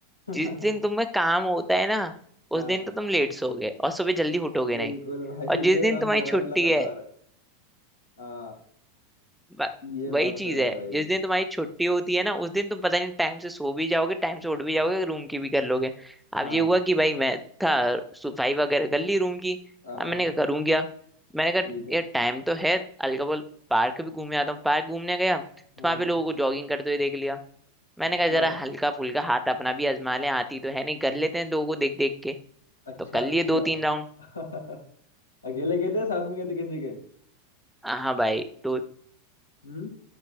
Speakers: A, on the left; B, in the centre.
A: <laughs>
B: जिस दिन तुम्हें काम होता है ना
A: हाँ
B: उस दिन तो तुम लेट सोओगे और सुबह जल्दी उठोगे
A: बिल्कुल
B: नहीं
A: भाई
B: और जिस
A: मेरे
B: दिन
A: साथ
B: तुम्हारी
A: हो रहा
B: छुट्टी
A: है लगातार
B: है
A: हाँ
B: ब-
A: ये
B: वही
A: बात
B: चीज
A: तो है
B: है
A: भाई
B: जिस दिन तुम्हारी छुट्टी होती है ना उस दिन तुम पता नहीं टाइम से सो भी जाओगे टाइम से उठ भी जाओगे रूम की भी कर लोगे
A: हाँ
B: अब ये हुआ कि भाई मैं था सफाई वगैरह कर ली रूम की
A: हाँ
B: अब मैंने कहा करूँ क्या मैंने कहा
A: ठीक है
B: यार टाइम तो है हल्का बोल पार्क भी घूमे आता हूँ पार्क घूमने गया तो
A: हाँ
B: वहां
A: हाँ।
B: पे लोगों को जॉगिंग करते हुए देख लिया मैंने
A: अच्छा
B: कहा जरा हल्का फुल्का हाथ अपना भी आजमा ले आती तो है नहीं कर लेते हैं लोगों को देख देख के
A: अच्छा
B: तो कर
A: अच्छा
B: लिए दो तीन राउंड
A: <laughs> अकेले गए थे साथ में गए थे किसी के
B: हाँ भाई तो
A: हम्म